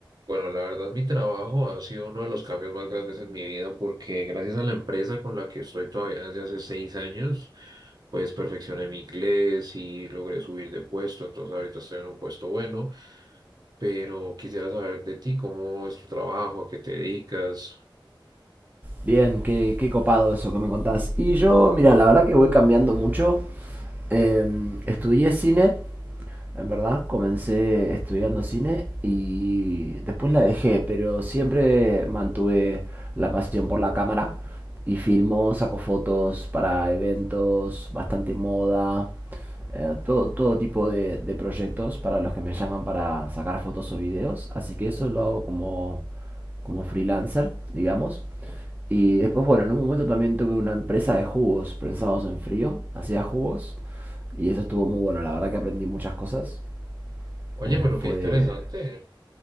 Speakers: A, on the right; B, on the right.
A: Bueno, la verdad, mi trabajo ha sido uno de los cambios más grandes en mi vida porque gracias a la empresa con la que estoy todavía desde hace seis años, pues perfeccioné mi inglés y logré subir de puesto, entonces ahorita estoy en un puesto bueno, pero quisiera saber de ti, ¿cómo es tu trabajo? ¿A qué te dedicas?
B: Bien, qué, qué copado eso que me contás. Y yo, mira, la verdad que voy cambiando mucho. Em, estudié cine en verdad, comencé estudiando cine y después la dejé, pero siempre mantuve la pasión por la cámara y filmo, saco fotos para eventos, bastante moda, eh, todo, todo tipo de, de proyectos para los que me llaman para sacar fotos o videos. Así que eso lo hago como, como freelancer, digamos. Y después, bueno, en un momento también tuve una empresa de jugos pensados en frío, hacía jugos. Y eso estuvo muy bueno, la verdad que aprendí muchas cosas.
A: Oye,
B: Eh,
A: pero qué
B: fue...
A: interesante.